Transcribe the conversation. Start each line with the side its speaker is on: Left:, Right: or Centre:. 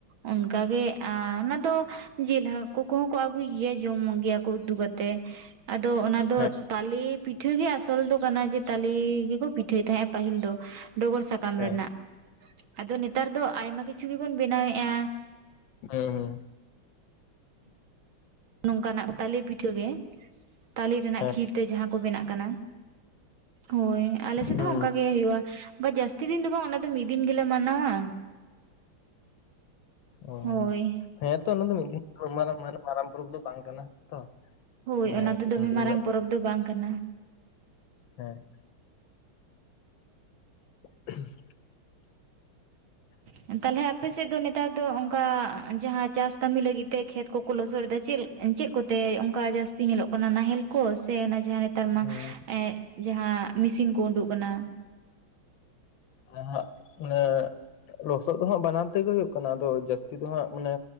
Right: ᱚᱱᱠᱟ ᱜᱮ ᱟ ᱚᱱᱟ ᱫᱚ ᱡᱤᱞ ᱦᱟᱹᱠᱩ ᱠᱚᱦᱚᱸ ᱠᱚ ᱟᱹᱜᱩᱭ ᱜᱮᱭᱟ ᱡᱚᱢ ᱜᱮᱭᱟ ᱠᱚ ᱩᱛᱩ ᱠᱟᱛᱮ ᱛᱮ ᱟᱫᱚ ᱚᱱᱟ ᱫᱚ
Left: ᱦᱮᱸ
Right: ᱛᱟᱞᱮ ᱯᱤᱴ ᱯᱤᱴᱷᱟᱹ ᱜᱮ ᱟᱥᱚᱞ ᱫᱚ ᱠᱟᱱᱟ ᱡᱮ ᱛᱟᱞᱮ ᱜᱮᱠᱚ ᱯᱤᱴᱷᱟᱹᱭ ᱛᱟᱦᱮᱸᱦ-ᱟ ᱯᱟᱹᱦᱤᱞ ᱫᱚ ᱰᱚᱜᱚᱨ ᱥᱟᱠᱟᱢ
Left: ᱦᱮᱸ
Right: ᱨᱮᱱᱟᱜ ᱟᱫᱚ ᱱᱮᱛᱟᱨ ᱫᱚ ᱟᱭᱢᱟ ᱠᱤᱪᱷᱩ ᱜᱮᱵᱚᱱ ᱵᱮᱱᱟᱣᱮᱫ-ᱟ
Left: ᱦᱳᱭ ᱦᱳᱭ
Right: ᱱᱚᱝᱠᱟᱱᱟᱜ ᱛᱟᱞᱮ ᱯᱤᱴᱷᱟᱹ ᱜᱮ ᱛᱟᱞᱮ ᱨᱮᱱᱟᱜ
Left: ᱦᱮᱸ
Right: ᱠᱷᱤᱨ ᱛᱮ ᱡᱟᱦᱟᱸ ᱠᱚ ᱵᱮᱱᱟᱜ ᱠᱟᱱᱟ ᱦᱳᱭ ᱟᱞᱮᱥᱮᱫ
Left: ᱦᱩᱸ
Right: ᱦᱚᱸ ᱚᱱᱠᱟ ᱜᱮ ᱦᱳᱭᱳᱜ-ᱟ ᱚᱱᱠᱟ ᱡᱟᱹᱥᱛᱤ ᱫᱤᱱ ᱫᱚ ᱵᱟᱝ ᱚᱱᱟ ᱫᱚ ᱢᱤᱫ ᱫᱤᱱ ᱜᱮᱞᱮ ᱢᱟᱱᱟᱣᱟ
Left: ᱚ
Right: ᱦᱳᱭ
Left: ᱦᱮᱸᱛᱚ ᱚᱱᱟ ᱫᱚ ᱢᱤᱫ ᱫᱤᱱ ᱢᱟᱨᱟᱝ ᱯᱚᱨᱚᱵ ᱫᱚ ᱵᱟᱝ ᱠᱟᱱᱟ ᱛᱚ
Right: ᱦᱳᱭ
Left: ᱦᱮᱸ
Right: ᱚᱱᱟ ᱫᱚ
Left: ᱠᱟᱹᱡ
Right: ᱫᱚᱢᱮ
Left: ᱦᱩᱰᱤᱧ
Right: ᱢᱟᱨᱟᱝ
Left: ᱧᱚᱜ
Right: ᱯᱚᱨᱚᱵᱽ ᱫᱚ ᱵᱟᱝ ᱠᱟᱱᱟ
Left: ᱦᱮᱸ <unintelligible>
Right: ᱦᱮᱸ <unintelligible> ᱛᱟᱦᱚᱞᱮ ᱟᱯᱮᱥᱮᱫ ᱫᱚ ᱱᱮᱛᱟᱨ ᱫᱚ ᱚᱱᱠᱟ ᱡᱟᱦᱟᱸ ᱪᱟᱥ ᱠᱟᱹᱢᱤ ᱞᱟᱹᱜᱤᱫ ᱛᱮ ᱠᱷᱮᱛ ᱠᱚᱠᱚ ᱞᱚᱥᱚᱫ ᱫᱟ ᱪᱮᱫ ᱪᱮᱫ ᱠᱚᱛᱮ ᱚᱱᱠᱟ ᱡᱟᱹᱥᱛᱤ ᱧᱮᱞᱚᱜ ᱠᱟᱱᱟ ᱱᱟᱦᱮᱞ ᱠᱚ ᱥᱮ ᱚᱱᱟ ᱡᱟᱦᱟᱸ ᱱᱮᱛᱟᱨ ᱢᱟ
Left: ᱦᱩᱸ
Right: ᱮ ᱡᱟᱦᱟᱸ ᱢᱮᱥᱤᱱ ᱠᱚ ᱩᱰᱩᱜ ᱠᱟᱱᱟ
Left: ᱱᱟᱦᱟᱜ ᱢᱟᱱᱮ ᱞᱚᱥᱚᱫ ᱫᱚ ᱦᱟᱸᱜ ᱵᱟᱱᱟᱨ ᱛᱮᱜᱮ ᱦᱩᱭᱩᱜ ᱠᱟᱱᱟ ᱟᱫᱚ ᱡᱟᱹᱥᱛᱤ ᱫᱚ ᱦᱟᱸᱜ ᱢᱟᱱᱮ